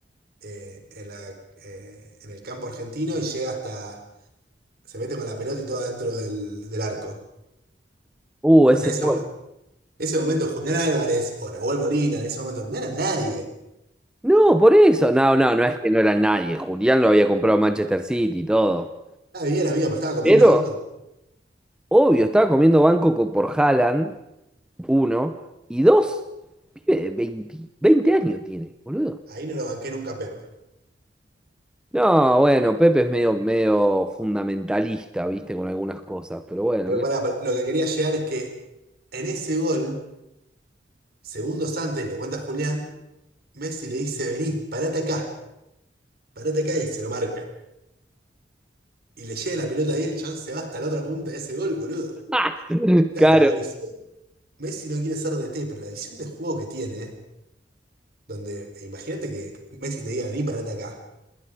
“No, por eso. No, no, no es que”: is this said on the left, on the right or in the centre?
Centre